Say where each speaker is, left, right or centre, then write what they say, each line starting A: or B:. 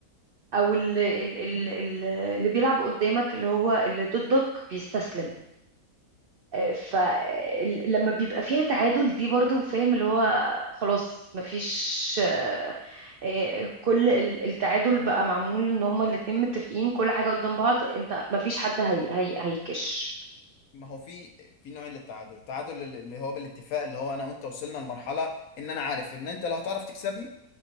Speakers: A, on the right (about 75°); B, on the left (about 75°).
A: او ال- ال- ال- ال- اللي بيلعب قدامك اللي هو اللي ضدك بيستسلم فلما بيبقى فيها تعادل دي برضو فاهم اللي هو خلاص مفيش آه، آه، كل ال- التعادل بقى معمول ان هما الاتنين متفقين كل حاجة قدام بعض انت مفيش حد هي هي هيكش
B: ما هو في في نوع للتعادل التعادل اللي اللي هو بالاتفاق اللي هو انا وانت وصلنا لمرحلة ان انا عارف ان انت لا هتعرف تكسبني